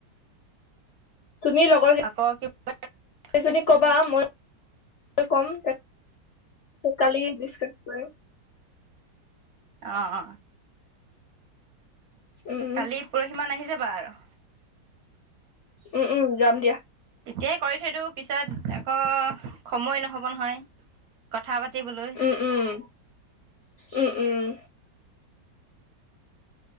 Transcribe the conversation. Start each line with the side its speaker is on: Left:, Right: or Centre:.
Left: তুমি লগৰ
Right: আকৌ কি
Left: কেইজনীক
Right: কি আছিল
Left: কবা মই কম কালি ডিচকাছ কৰিম।
Right: অ অ
Left: উম
Right: কালি পৰহি মান আহি যাবা আৰু।
Left: উম উম যাম দিয়া।
Right: এতিয়াই কৰি থৈ দিওঁ পিছত আকৌ সময় নহ'ব নহয়। কথা পাতিবলৈ
Left: উম উম উম উম।